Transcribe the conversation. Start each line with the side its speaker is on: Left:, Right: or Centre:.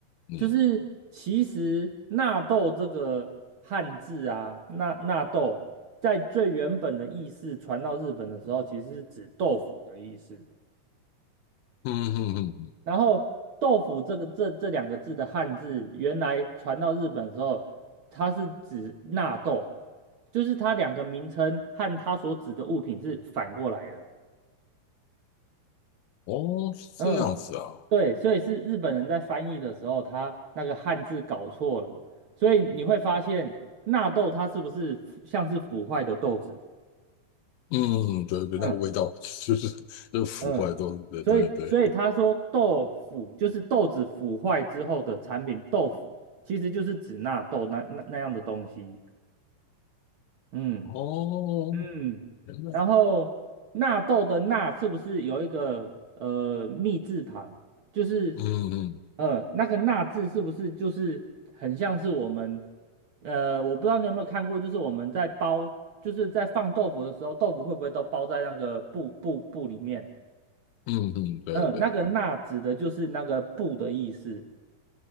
Left: 嗯
Right: 就是其实纳豆这个汉字啊，纳纳豆在最原本的意思传到日本的时候，其实是指豆腐的意思。
Left: 嗯嗯嗯，
Right: 然后豆腐这个这这两个字的汉字，原来传到日本的时候，它是指纳豆，就是它两个名称和它所指的物品是反过来的。
Left: 哦，是这样子啊，
Right: 嗯。对，所以是日本人在翻译的时候，他那个汉字搞错了，所以你会发现纳豆它是不是像是腐坏的豆子？
Left: 嗯，对对，
Right: 嗯
Left: 那个味道就是就是腐坏都，
Right: 嗯，
Left: 对对对，
Right: 所以所以他说豆腐就是豆子腐坏之后的产品，豆腐其实就是指纳豆那那那样的东西。嗯。
Left: 哦，
Right: 嗯，
Left: 原来，
Right: 然后纳豆的纳是不是有一个呃密字旁？就是
Left: 嗯嗯
Right: 呃那个纳字是不是就是很像是我们呃我不知道你有没有看过，就是我们在包就是在放豆腐的时候，豆腐会不会都包在那个布布布里面？
Left: 嗯嗯，对对，
Right: 嗯，那个纳指的就是那个布的意思。